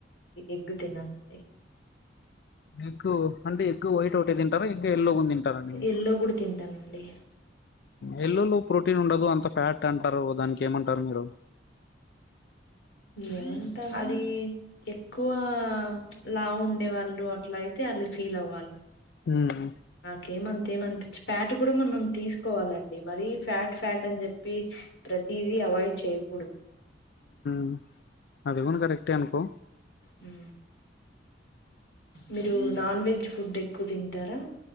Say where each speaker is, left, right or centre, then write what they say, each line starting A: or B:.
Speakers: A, on the left; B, on the left.
A: ఎగ్ తినను అండి.
B: ఎగ్ అంటే ఎగ్ వైట్ ఒటే తింటారా? ఎగ్ ఎల్లో గూన తింటారండి మీరు?
A: యెల్లో కూడా తింటానండి.
B: యెల్లోలో ప్రోటీన్ ఉండదు అంతా ఫ్యాట్ అంటారు దానికి ఏమంటారు మీరు?
A: ఏమంటాను అదీ ఎక్కువ లావు ఉండే వాళ్ళు అట్ల అయితే వాళ్ళు ఫీల్ అవ్వాలి.
B: మ్
A: నాకేమంతేమనిపించదు. ఫ్యాట్ కూడ మనం తీసుకోవాలండి, మరీ ఫ్యాట్ ఫ్యాట్ అని చెప్పి ప్రతీది అవాయిడ్ చేయ్యకూడదు.
B: మ్ అది గూన కరెక్టే అనుకో
A: మ్ మీరు నాన్ వెజ్ ఫుడ్ ఎక్కువ తింటారా?